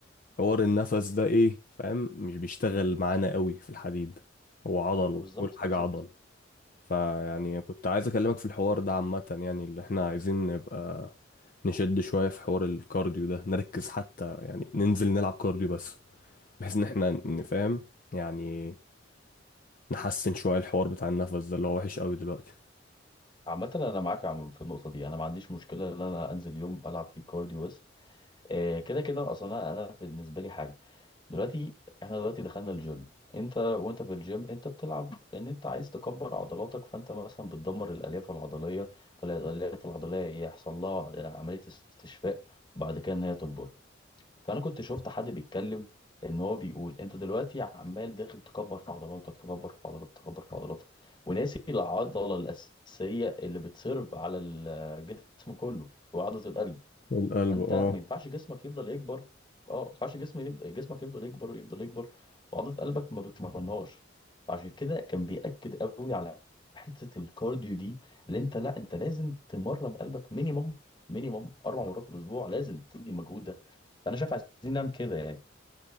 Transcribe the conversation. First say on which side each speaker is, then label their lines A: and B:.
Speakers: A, on the left; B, on the left.
A: النفس ده إيه فاهم مش بيشتغل معانا قوي في الحديد هو عضل
B: ما بالظبط
A: كل حاجة
B: بالظبط
A: عضل فيعني كنت عايز أكلمك في الحوار ده عامة يعني اللي إحنا عايزين نبقى نشد شوية في حوار الكارديو ده نركز حتى يعني ننزل نلعب كارديو بس بحيث إن إحنا نفهم يعني نحسن شوية الحوار بتاع النفس ده اللي هو وحش قوي دلوقتي
B: عامة أنا معاك يا عم في النقطة دي أنا ما عنديش مشكلة إن أنا أنزل يوم ألعب فيه كارديو بس آه، كده كده أصلا أنا أنا في- بالنسبة لي حاجة دلوقتي إحنا دلوقتي دخلنا الجيم أنت وأنت في الجيم أنت بتلعب إن أنت عايز تكبر عضلاتك فأنت مثلا بتدمر الألياف العضلية فالألياف العضلية يحصل لها آه، عملية استشفاء بعد كده إن هي تكبر فانا كنت شفت حد بيتكلم ان هو بيقول انت دلوقتي عمال داخل تكبر في عضلاتك تكبر في عضلاتك تكبر في عضلاتك وناسي العضله الاساسيه اللي بتسيرف على الجسم كله وعضله القلب
A: القلب
B: فانت
A: اه
B: ما ينفعش جسمك يفضل يكبر اه ما ينفعش جسم يفضل جسمك يفضل يكبر يفضل يكبر وعضله قلبك ما بتمرنهاش فعشان كده كان بيأكد قوي على حته الكارديو دي اللي انت لا انت لازم تمرن قلبك مينيموم مينيموم اربع مرات في الاسبوع لازم تدي مجهود ده فانا شايف عايزين نعمل كده يعني